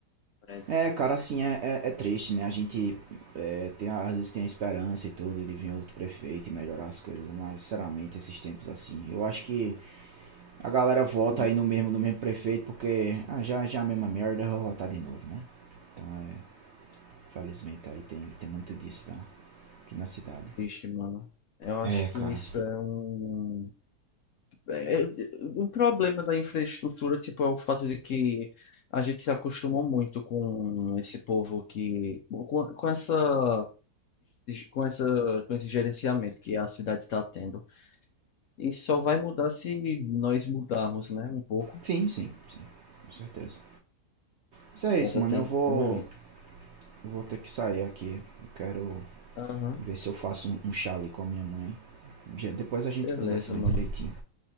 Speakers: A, on the left (about 65°); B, on the right (about 65°).
A: prédio.
B: É, cara, assim, é, é, é triste, né? A gente é, tem, às vezes tem a esperança e tudo de vir outro prefeito e melhorar as coisas, mas sinceramente, esses tempos assim, eu acho que a galera vota
A: Hum,
B: aí no mesmo, no mesmo prefeito porque ah, já, já é a mesma merda, eu vou votar de novo, né? Então é, felizmente aí tem, tem muito disso, tá? Aqui na cidade.
A: triste, mano. Eu acho
B: É,
A: que
B: cara.
A: isso é um. É, é, o problema da infraestrutura, tipo, é o fato de que a gente se acostumou muito com esse povo que. Com, com essa. Com essa, com esse gerenciamento que a cidade está tendo. E só vai mudar se nós mudarmos, né, um pouco.
B: Sim, sim, sim, com certeza. Mas é isso,
A: Mas até
B: mano, eu
A: então,
B: vou,
A: meu amigo.
B: eu vou ter que sair aqui, eu quero
A: Aham,
B: Ver se eu faço um, um chá ali com a minha mãe. Já- Depois a gente
A: beleza,
B: conversa mais
A: mano.
B: direitinho.